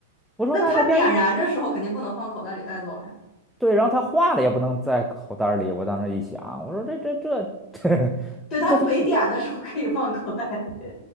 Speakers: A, in the centre; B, on the left.
A: 我说那它变成一
B: 那它点燃的时候肯定不能放口袋里带走呀，
A: 对，然后它化了也不能在口袋儿里。我当时一想，我说这这这 <laughs> 这
B: 对，它没点的时候可以放口袋里，
A: 这都不